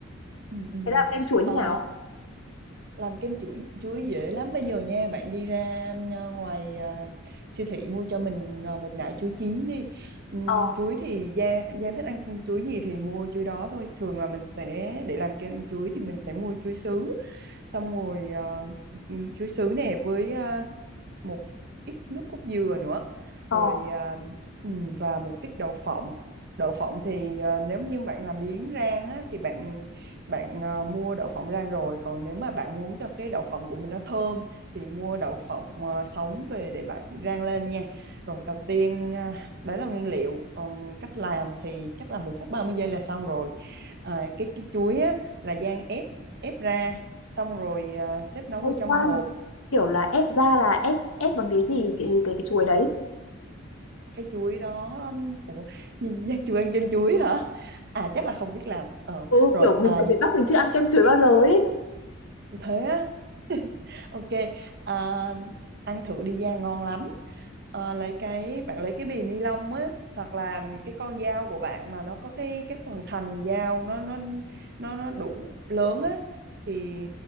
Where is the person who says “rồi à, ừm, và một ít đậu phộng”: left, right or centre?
Right